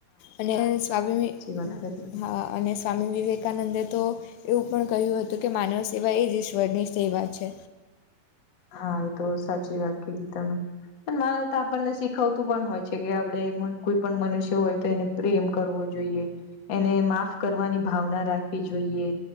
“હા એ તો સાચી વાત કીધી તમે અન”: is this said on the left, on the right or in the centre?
Left